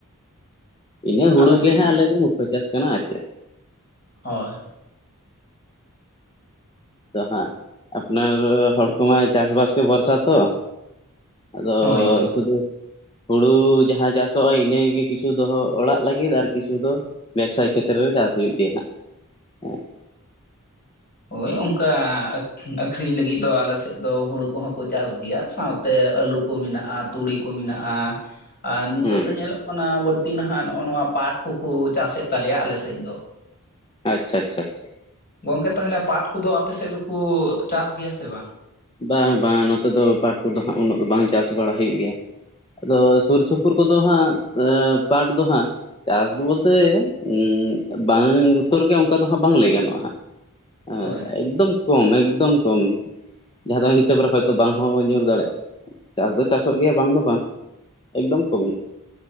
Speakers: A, on the left; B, on the left.
A: ᱤᱱᱟᱹ ᱦᱩᱲᱩ
B: ᱟᱞᱮ ᱥᱮᱫ
A: ᱜᱮ ᱦᱟᱸᱜ ᱟᱞᱮ ᱫᱚ ᱢᱩᱠᱠᱷᱚ ᱪᱟᱥ ᱠᱟᱱᱟ ᱟᱨ ᱪᱮᱫ ᱾
B: ᱦᱚᱭ
A: ᱛᱚ ᱦᱮᱸ, ᱟᱯᱱᱟᱨ ᱦᱚᱲ ᱠᱚᱢᱟ ᱪᱟᱥ-ᱵᱟᱥ ᱜᱮ ᱵᱷᱚᱨᱥᱟ ᱛᱚ ᱾ ᱟᱫᱚ
B: ᱦᱳᱭ ᱦᱳᱭ
A: ᱥᱩᱫᱷᱩᱼᱼ ᱦᱩᱲᱩ ᱡᱟᱦᱟᱸ ᱪᱟᱥᱚᱜᱼᱟ ᱤᱱᱟᱹᱜᱮ ᱠᱤᱪᱷᱩ ᱫᱚᱦᱚ ᱚᱲᱟᱜ ᱞᱟᱹᱜᱤᱫ ᱟᱨ ᱠᱤᱪᱷᱩ ᱫᱚᱼᱼ ᱵᱮᱵᱽᱥᱟᱭ ᱠᱷᱟᱹᱛᱤᱨ ᱦᱚᱸ ᱪᱟᱥ ᱦᱩᱭᱩᱜ ᱜᱮᱭᱟ ᱱᱷᱟᱜ ᱦᱮᱸ ᱾
B: ᱦᱚᱭ ᱚᱱᱠᱟ ᱟᱹᱛᱼᱼ ᱟᱹᱠᱷᱨᱤᱧ ᱞᱟᱹᱜᱤᱫ ᱫᱚ ᱟᱞᱮᱥᱮᱫ ᱫᱚ ᱦᱩᱲᱩ ᱠᱚᱦᱚᱸ ᱠᱚ ᱪᱟᱥ ᱜᱮᱭᱟ, ᱥᱟᱶᱛᱮ ᱟᱹᱞᱩ ᱠᱚ ᱢᱮᱱᱟᱜᱼᱟ, ᱼᱼ ᱛᱩᱲᱤ ᱠᱚ ᱢᱮᱱᱟᱜᱼᱟ ᱾ ᱟᱨ ᱱᱤᱛᱚᱜ
A: ᱦᱮᱸ
B: ᱫᱚ
A: ᱦᱮᱸ
B: ᱧᱮᱞᱚᱜ ᱠᱟᱱᱟ ᱵᱟᱹᱲᱛᱤ ᱱᱟᱦᱟᱜ ᱱᱚᱜᱼᱱᱚᱣᱟ ᱯᱟᱴ ᱠᱚᱠᱚ ᱪᱟᱥᱮᱫ ᱛᱟᱞᱮᱭᱟ ᱟᱞᱮᱥᱮᱡ ᱫᱚ ᱾
A: ᱟᱪᱪᱷᱟ ᱟᱪᱪᱷᱟ ᱾
B: ᱜᱚᱝᱠᱮ ᱛᱟᱦᱞᱮ ᱯᱟᱴ ᱠᱚᱫᱚ ᱟᱯᱮ ᱥᱮᱫ ᱫᱚᱠᱚ ᱪᱟᱥ ᱜᱮᱭᱟ ᱥᱮ ᱵᱟᱝ?
A: ᱵᱟᱝ ᱵᱟᱝ ᱱᱚᱛᱮ ᱫᱚ ᱯᱟᱴ ᱠᱚᱫᱚ ᱦᱟᱸᱜ ᱩᱱᱟᱹᱜ ᱫᱚ ᱵᱟᱝ ᱪᱟᱥ ᱵᱟᱲᱟ ᱦᱩᱭᱩᱜ ᱜᱮᱭᱟ ᱾ ᱟᱫᱚ ᱥᱩᱨ ᱥᱩᱯᱩᱨ ᱠᱚᱫᱚ ᱦᱟᱸᱜ ᱟᱹ ᱯᱟᱴ ᱫᱚ ᱦᱟᱸᱜᱼᱼ ᱪᱟᱥ ᱫᱚ ᱵᱚᱞᱛᱮ ᱩᱸ ᱵᱟᱝ ᱩᱛᱟᱹᱨ ᱜᱮ ᱚᱝᱠᱟ ᱫᱚ ᱦᱟᱸᱜ ᱵᱟᱝ ᱞᱟᱹᱭ ᱜᱟᱱᱚᱜᱼᱟ ᱦᱟᱸᱜ ᱾ ᱦᱮᱸ
B: ᱦᱳᱭ
A: ᱮᱠᱫᱚᱢ ᱠᱚᱢ, ᱮᱠᱫᱚᱢ ᱠᱚᱢ ᱾ ᱡᱟᱦᱟᱸ ᱫᱚ ᱦᱤᱥᱟᱹᱵᱽ ᱨᱮ ᱦᱚᱭᱛᱚ ᱵᱟᱝ ᱦᱚᱸ ᱧᱩᱨ ᱫᱟᱲᱮᱭᱟᱜᱼᱟ, ᱪᱟᱥ ᱫᱚ ᱪᱟᱥᱚᱜ ᱜᱮᱭᱟ ᱵᱟᱝ ᱫᱚ ᱵᱟᱝ ᱾ ᱮᱠᱫᱚᱢ ᱠᱚᱢ ᱧᱚᱜ,